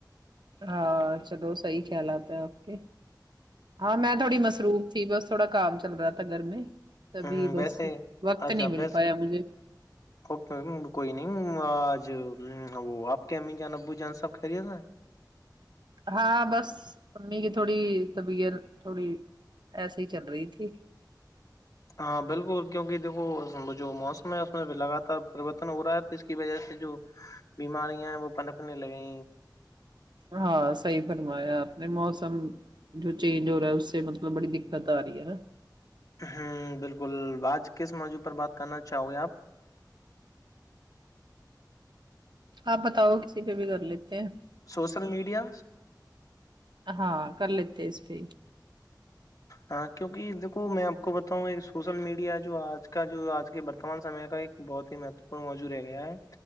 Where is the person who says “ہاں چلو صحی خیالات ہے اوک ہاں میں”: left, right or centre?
Right